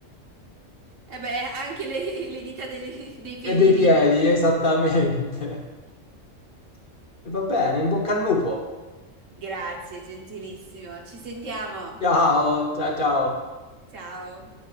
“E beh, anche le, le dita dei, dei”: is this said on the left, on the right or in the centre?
Right